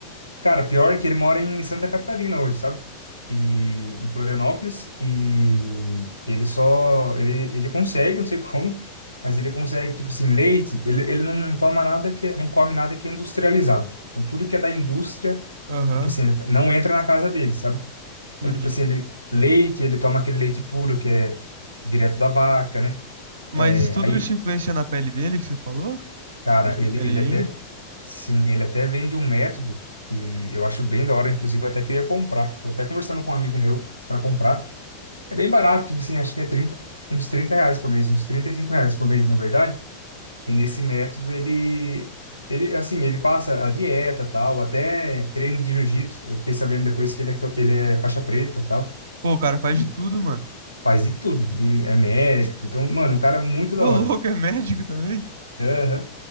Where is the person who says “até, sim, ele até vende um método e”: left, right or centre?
Left